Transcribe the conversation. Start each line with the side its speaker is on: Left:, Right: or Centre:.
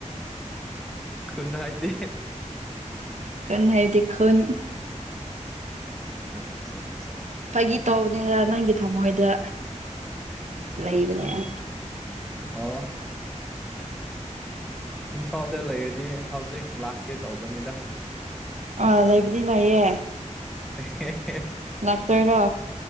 Centre: ꯈꯨꯟꯅ ꯍꯥꯏꯥꯏꯗꯤ
Right: ꯀ ꯍꯥꯏꯗꯣꯟ
Centre: ꯑꯆꯥ ꯑꯠꯆꯥ
Right: ꯐꯥꯒꯤ ꯇꯧꯕꯅꯤꯗ ꯅꯪꯒꯤ ꯊꯃꯣꯏꯗ ꯂꯩꯕꯅꯦ
Centre: ꯏꯟ
Right: ꯑꯩ
Centre: ꯑꯣ ꯏꯝꯐꯥꯜꯗ ꯂꯩꯔꯤꯗꯤ ꯍꯧꯖꯤꯛ ꯂꯥꯛꯀꯦ ꯇꯧꯕꯅꯤꯗ
Right: ꯑꯥ ꯂꯩꯕꯨꯗꯤ ꯂꯥꯛꯌꯦꯦ
Centre: ꯍ
Right: ꯂꯥꯛꯇꯣꯏꯔꯣ